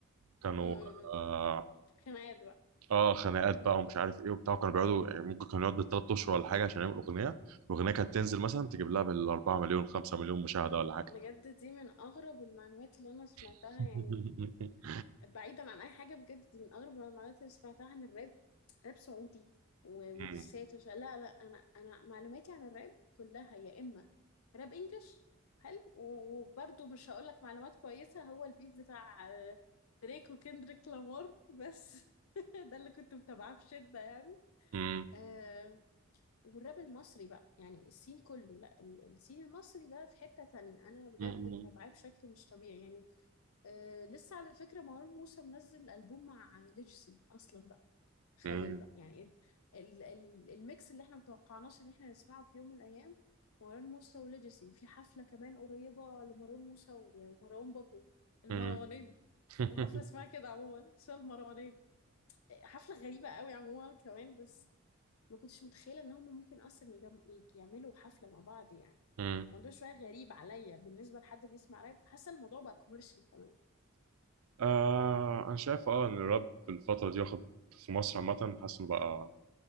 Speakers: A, on the right; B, on the left.
A: كانوا
B: م- م- م.
A: آه,
B: خناقات بقى
A: آه خناقات بقى ومش عارف إيه وبتاع كانوا بيقعدوا يعني ممكن كانوا يقعدوا بالثلاث أشهر ولا حاجة عشان يعملوا أغنية الأغنية كانت تنزل مثلا تجيب لها بالأربعة مليون خمسة مليون مشاهدة ولا حاجة
B: بجد دي من أغرب المعلومات اللي أنا سمعتها
A: <laughs>
B: يعني بعيدا عن اي حاجه بجد دي من اغرب المعلومات اللي سمعتها عن الراب راب سعودي و-
A: مم.
B: ودسات وش لا لا انا انا معلوماتي عن الراب كلها يا اما راب انجلش حلو و- وبرضه مش هقول لك معلومات كويسه هو البيف بتاع آه، دريك وكندريك لامار بس <laughs> ده اللي كنت متابعاه بشده يعني
A: مم.
B: آه والراب المصري بقى يعني السين كله لا ال- السين المصري ده في حته تانية انا بجد
A: <laughs> مم.
B: متابعاه بشكل مش طبيعي يعني آه لسه على فكرة مروان موسى منزل ألبوم مع ليجسي أصلا بقى تخيل
A: مم.
B: بقى يعني ال ال ال الميكس اللي احنا متوقعناش ان احنا نسمعه في يوم من الأيام مروان موسى وليجسي وفي حفلة كمان قريبة لمروان موسى ومروان بابلو المروانين
A: مم. <laughs>
B: الحفلة اسمها كده عموما اسمها المروانين آه، حفلة غريبة قوي عموما كمان بس ما كنتش متخيلة ان هم ممكن أصلا يجم يعملوا حفلة مع بعض يعني
A: مم.
B: الموضوع شوية غريب عليا بالنسبة لحد بيسمع راب حاسة الموضوع بقى كوميرشال كمان
A: آه انا شايف اه ان الراب في الفتره دي واخد في مصر عامه حاسس انه بقى